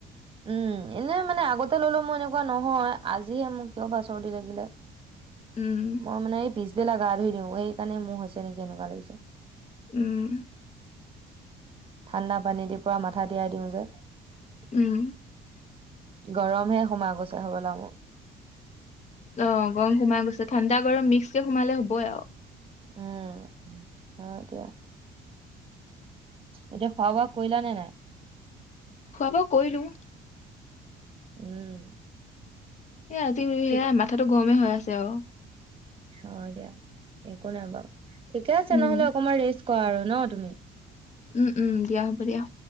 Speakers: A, on the right; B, on the left.
A: উম এনেই মানে আগতে ললো মই এনেকে এনেকুৱা নহয় আজিয়েই মোক কিয় বা চৰ্দি লাগিলে।
B: উম,
A: মই মানে এই পিছবেলা গা ধুই দিও এইকাৰণে মোৰ হৈছে নেকি এনেকুৱা লাগিছে।
B: উম।
A: ঠাণ্ডা। পানী দি পুৰা মাথা তিয়াই দিওঁ যে।
B: উম।
A: গৰমহে সোমাই গৈছে হব লা মোৰ
B: অ গৰম সোমাই গৈছে ঠাণ্ডা গৰম মিক্সকে সোমালে হ'বই আৰু।
A: উম অ এতিয়া এতিয়া খোৱা বোৱা কৰিলা নে নাই।
B: খোৱা বোৱা কৰিলো।
A: উম।
B: এ আজি সেয়াই
A: ঠিক
B: মাথাতো গৰমে হয় আছে আছে অ।
A: হয় দিয়া একো নাই বাৰু। ঠিকে আছে
B: উম,
A: নহ'লে অকমান ৰেষ্ট কোৱা আৰু ন তুমি
B: উম উম দিয়া হ'ব দিয়া।